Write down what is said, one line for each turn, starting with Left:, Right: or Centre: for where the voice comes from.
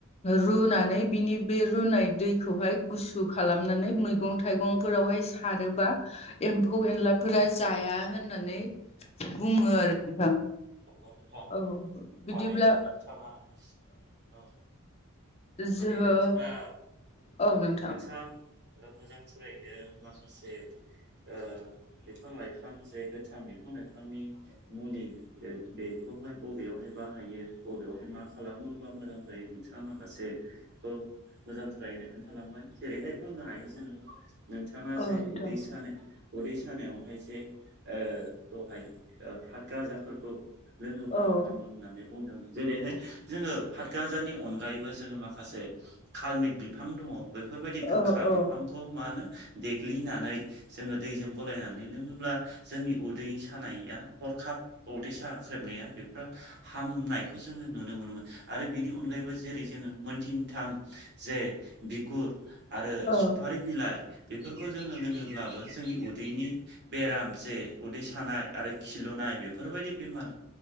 Left: रुनानै बिनि बे रुनाय दैखौहाय गुसु खालामनानै मैगं थाइगंफोरावहाय खारोबा एम्फौ एनलाफोरा जाया होननानै बुंङो आरो नोंथां
Right: नंगौ नोंथां
Left: औ बिदिब्ला
Right: थारैदो नोंथांङा औ माने
Left: जोहो
Right: नोंथांङा
Left: औ नो
Right: नोंसहा मोजां सोलायैनो माखासे ओ बिफां लाइफां जे गोथां बिफां लाइफांनि मुलि बेखौहाय बबेयावहाय बाहायो बबेयावहाय मा खालामोबा मोजां जायो नोंथाङा माखासे खौ मोजांथारैनो खोन्थालांबाय जेरैहाय बुंनो हायो जोङो नोंथाङा
Left: औ
Right: जे
Left: नोंथां
Right: उदै सानाय उदै सानायावहाय जे ओ दहाय फातगाजाफोरखौ लोङोब्ला
Left: औ
Right: हामो। होननानै बुंदों जेरैहाय जोङो पातगाजानि अनगायैबो जोङो माखासे कार्मिक बिफां दङ बेफोरबायदि गोखा
Left: औ औ
Right: बिफांखौ मा होनो देग्लिनानै जोङो दैजों गलायनानै लोङोब्ला जोंनि उदै सानाया हरखाब उदै साख्रेबनाया बेफ्रा हामनायखौ जोङो नुनो मोनोमोन आरो बेनि अनगायैबो जेरै जोङो मोनथिन थां जे बिगुर आरो
Left: औ
Right: सफारि बिलाइ बेफोरखौ जोङो लोङोब्लाबो जोंनि उदैनि बेराम जे उदै सानाय आरो खिलुनाय बेफोरबायदि बेमार